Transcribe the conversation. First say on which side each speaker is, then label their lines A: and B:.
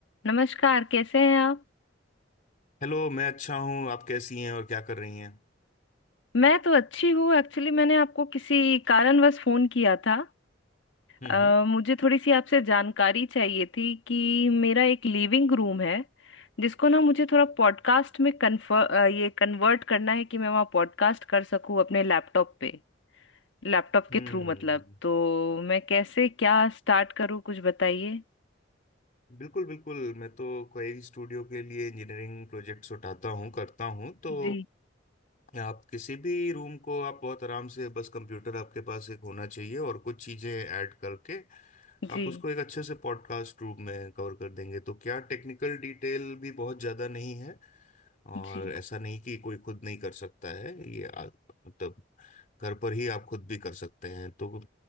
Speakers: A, on the left (about 75°); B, on the left (about 45°).
A: नमस्कार कैसे हैं आप
B: Hello मैं अच्छा हूँ आप कैसी हैं और क्या कर रही हैं
A: मैं तो अच्छी हूँ एक्चुअली मैंने आपको किसी कारणवश फोन किया था
B: हम्म
A: अ,
B: हम्म।
A: मुझे थोड़ी सी आपसे जानकारी चाहिए थी कि मेरा एक लिविंग रूम है जिसको ना मुझे थोड़ा पॉडकास्ट में कन्फर ये कन्वर्ट करना है कि मैं वहाँ पॉडकास्ट कर सकूँ अपने लैपटॉप पे लैपटॉप
B: हम्म
A: के थ्रू मतलब तो मैं कैसे क्या स्टार्ट करूँ कुछ बताइए
B: बिल्कुल बिल्कुल मैं तो कोई स्टूडियो के लिए इंजीनियरिंग प्रोजेक्ट्स उठाता हूँ करता हूँ तो
A: जी
B: आप किसी भी रूम को आप बहुत आराम से बस कंप्यूटर आपके पास एक होना चाहिए और कुछ चीज़ें ऐड करके
A: जी
B: आप उसको एक अच्छे से पॉडकास्ट रूप में कवर कर देंगे तो क्या टेक्निकल डिटेल भी बहुत ज़्यादा नहीं है और
A: जी
B: ऐसा नहीं कि कोई खुद नहीं कर सकता है ये आ, मतलब घर पर ही आप खुद भी कर सकते हैं तो